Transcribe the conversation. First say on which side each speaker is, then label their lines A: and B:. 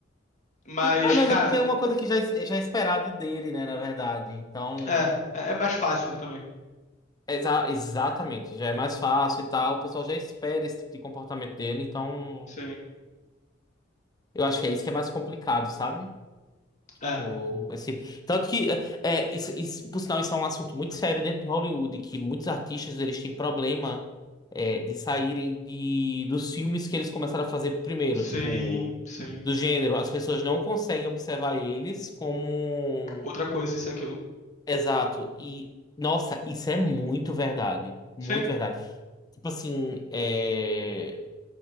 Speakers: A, on the left; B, on the left.
A: Mas,
B: Ah, mas
A: cara,
B: é porque é uma coisa que já, é- já é esperado dele, né, na verdade. Então.
A: é, é é mais fácil, né, também.
B: exa- exatamente, já é mais fácil e tal. O pessoal já espera esse tipo de comportamento dele, então.
A: Sim,
B: Eu acho que é isso que é mais complicado, sabe?
A: é,
B: Pô, esse... Tanto que, é, é, isso, isso- por sinal, isso é um assunto muito sério dentro de Hollywood, que muitos artistas eles têm problema é, de saírem de, dos filmes que eles começaram a fazer primeiro,
A: sim,
B: tipo,
A: sim.
B: do gênero. As pessoas não conseguem observar eles como...
A: Outra coisa, isso e aquilo.
B: Exato. E, nossa, isso é muito verdade. Muito
A: Sim.
B: verdade. Tipo assim, é